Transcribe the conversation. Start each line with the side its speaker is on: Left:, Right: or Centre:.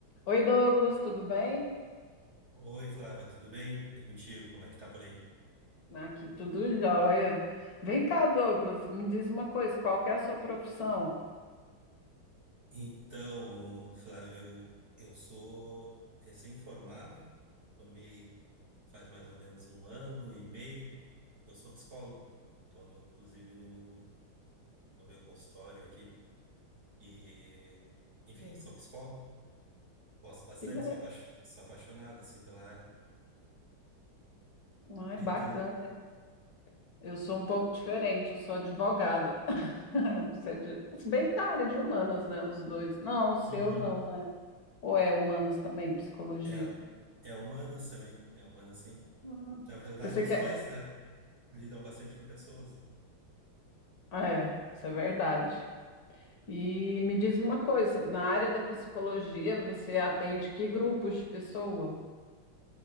Left: Oi, Douglas, tudo bem?
Right: Oi, Flávia, tudo bem? E contigo, como é que tá por aí?
Left: Aqui tudo jóia. Vem cá, Douglas, me diz uma coisa, qual que é a sua profissão?
Right: Então, Flávia, eu, eu sou recém-formado, formei faz mais ou menos um ano e meio. Eu sou psicólogo, estou inclusive no, no meu consultório aqui. E, enfim, sou psicólogo, gosto bastante,
Left: Que le...
Right: sou, apaix- sou apaixonado assim, pela área.
Left: Ai, bacana.
Right: E tu?
Left: Eu sou um pouco diferente, eu sou advogada. <laughs> Você é de... Se bem que da área de humanas, né, os dois. Não, o seu
Right: Uhum.
Left: não, né? Ou é humanas também, psicologia?
Right: É, é humanas também, é humanas sim.
Left: Ah,
Right: Na verdade,
Left: Pensei
Right: os
Left: que
Right: dois,
Left: é...
Right: né? lidam bastante com pessoas.
Left: Ah, É, isso é verdade. E me diz uma coisa, na área da psicologia, você atende que grupos de pessoa?